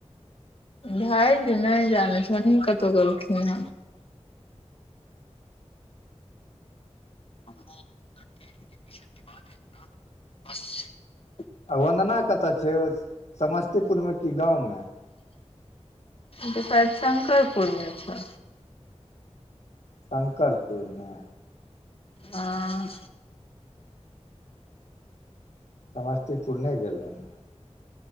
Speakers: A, on the left (about 55°); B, on the left (about 70°).
A: भायजी नै जानै छी ओनही कतौ गेलखिन हें। दिवे है बस <inaudible>
B: आ वंदना कतऽ छै ओ समस्तीपुर मे कि गाँव मे?
A: ओ त शायद शंकरपुर मे छै।
B: शंकरपुर मे।
A: हॅं।
B: समस्तीपुर नै गेल रहौं।